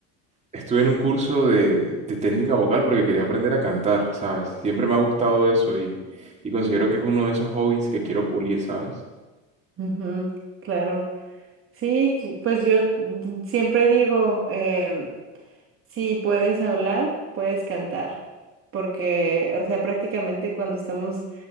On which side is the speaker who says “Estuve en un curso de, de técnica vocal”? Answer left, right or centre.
Right